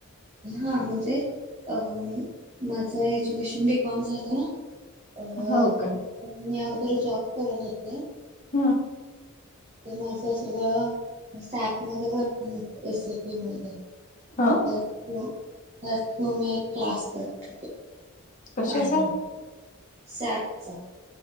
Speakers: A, on the right; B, on the left.
A: हा म्हणजे अ माझं एज्युकेशन बीकॉम झालंय. अ
B: हो
A: तर
B: का
A: मी अगोदर जॉब करत होते.
B: ह.
A: ते माझं सगळं सॅपमध्ये वर्किंग होत, एस आय पी मध्ये.
B: ह
A: नंतर तू तर तू मी एक क्लास करते.
B: कशाचा?
A: फायनान्स सॅपचा.